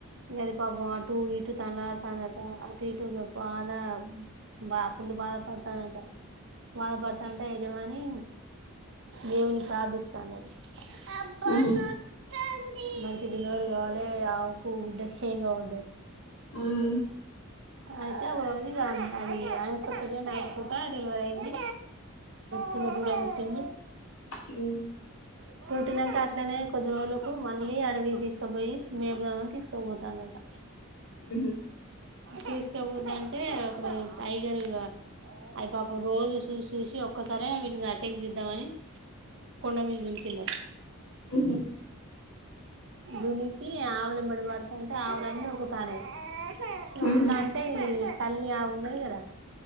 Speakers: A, on the right; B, on the left.
A: అది పాపం అటు ఇటు తండ్లడి తండ్లడి అటు ఇటు <unintelligible> బాగా పుల్ బాధపడతందట వాళ్ళ పడుతంటే యజమాని దేవున్నీ ప్రార్థిస్తూ <unintelligible>
B: మ్మ్
A: ఆది మంచి డెలివర్ కావాలి ఆవకు బిడ్డకి ఏం కావద్దాని
B: మ్మ్
A: అయితే ఒక రోజు ఇగ నైట్ పూట డెలివరీ అయింది చిన్న దూడ పట్టింది
B: హు
A: పుట్టినాక అట్లనే కొద్ది రోజులకు మళ్ళీ అడవి తీసుకుపోయి మేపిదామని తీసుకోపోతాండట
B: అ
A: తీసుకోపోద్దంటే ఒకరు టైగర్ అది పాపం రోజు చూసి చూసి ఒక్కసరే ను్ అటాక్ చేద్దామని కొండా మీద ఆట
B: మ్మ్
A: దునికి ఆవుల మెడ పడుతాంటే ఆవులన్ని ఉరుకుతన్నాయి ఉరుకుతాంటే
B: మ్మ్
A: ఇగా తల్లి ఆవున్నాది కదా